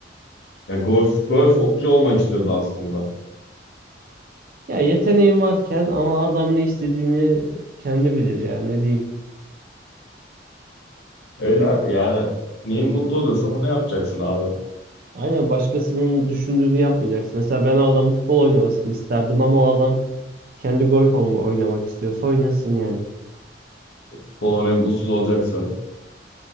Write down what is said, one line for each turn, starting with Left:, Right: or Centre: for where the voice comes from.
Left: Ya golf golfcu olmak istiyordu aslında.
Right: Ya yeteneğin varken ama adam ne istediğini kendi bilir ya ne diyeyim.
Left: Öyle yani neyin mutlu oluyorsan onu yapacaksın abi.
Right: Aynen başkasının düşündüğünü yapmayacaksın. Mesela ben o adamın futbol oynamasını isterdim ama o adam kendi golf olma oynamak istiyorsa oynasın yani.
Left: E, Futbol oynayıp mutsuz olacaksa.